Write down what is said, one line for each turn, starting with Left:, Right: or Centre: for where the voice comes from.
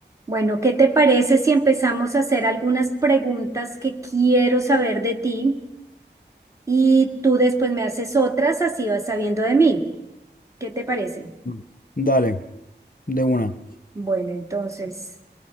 Right: Bueno, ¿qué te parece si empezamos a hacer algunas preguntas que quiero saber de ti y tú después me haces otras, así vas sabiendo de mí? ¿Qué te parece?
Left: Mm. Dale, de una.
Right: Bueno, entonces